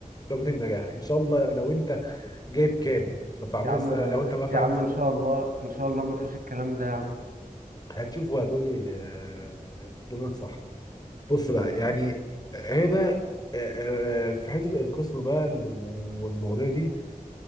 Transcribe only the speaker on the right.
يا عم
يا عم
ان شاء الله ان شاء الله ما فيش الكلام ده يا عم